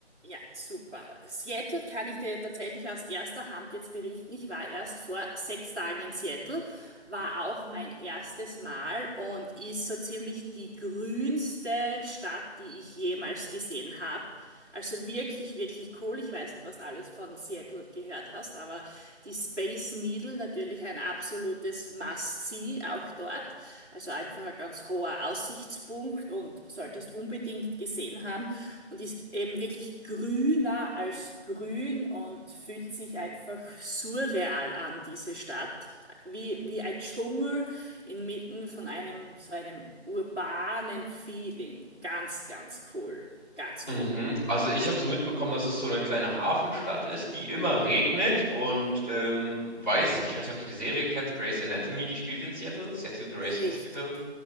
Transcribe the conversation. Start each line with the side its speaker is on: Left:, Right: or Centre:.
Right: Ja, super. Seattle kann ich dir tatsächlich aus erster Hand jetzt berichten. Ich war erst vor sechs Tagen in Seattle, war auch mein erstes Mal und ist so ziemlich die grünste Stadt, die ich jemals gesehen habe. Also wirklich, wirklich cool. Ich weiß nicht, was du alles von Seattle gehört hast, aber die Space Needle natürlich ein absolutes Must-See auch dort. Also einfach ein ganz hoher Aussichtspunkt und solltest unbedingt gesehen haben. Und ist eben wirklich grüner als grün und fühlt sich einfach surreal an, diese Stadt. Wie, wie ein Dschungel inmitten von einem so einem urbanen Feeling. Ganz, ganz cool. Ganz
Centre: Mhm.
Right: cool.
Centre: Also ich habe so mitbekommen, dass es so eine kleine Hafenstadt ist, die immer regnet und ähm, weiß, ich weiß nicht, ob du die Serie kennst, Grey's Anatomy, die spielt in Seattle, Seattle Grey's
Right: Richtig,
Centre: Hospital.